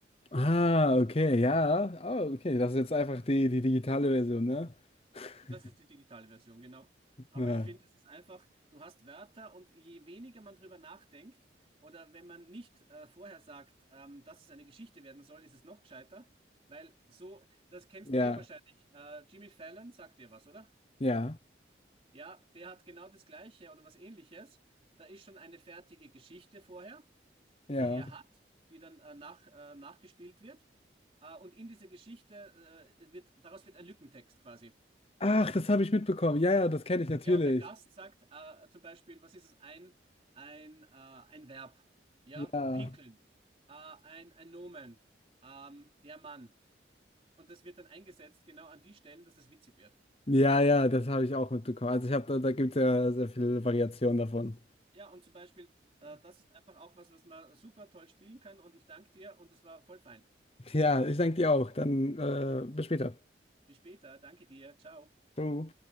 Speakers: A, on the left; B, on the right.
A: Ah, okay, ja. Oh, okay, das ist jetzt einfach die, die digitale Version, ne? <laughs>
B: Und das ist die digitale Version, genau. Aber
A: Ja,
B: ich finde, es ist einfach, du hast Wörter und je weniger man drüber nachdenkt oder wenn man nicht äh, vorher sagt, ähm, dass es eine Geschichte werden soll, ist es noch gescheiter, weil so, das kennst
A: ja,
B: du eh wahrscheinlich. Äh, Jimmy Fallon sagt dir was, oder?
A: ja.
B: Ja, der hat genau das Gleiche oder was Ähnliches. Da ist schon eine fertige Geschichte vorher,
A: ja.
B: die er hat, die dann äh, nach, äh, nachgespielt wird. Äh, und in dieser Geschichte äh, wird, daraus wird ein Lückentext quasi.
A: Ach, das habe ich mitbekommen. Ja, ja, das kenne ich natürlich.
B: Ja, und der Gast sagt äh, zum Beispiel, was ist es? Ein, ein, äh, ein Verb. Ja,
A: Ja.
B: pinkeln. Äh, ein, ein Nomen. Ähm, der Mann. Und das wird dann eingesetzt genau an die Stellen, dass es witzig wird.
A: Ja, ja, das habe ich auch mitbekommen. Also ich habe da, da gibt es ja sehr viele Variationen davon.
B: Ja, und zum Beispiel, äh, das ist einfach auch was, was man super toll spielen kann. Und ich danke dir und es war voll fein.
A: Ja, ich danke dir auch. Dann äh, bis später.
B: Bis später. Danke dir. Ciao.
A: Ciao.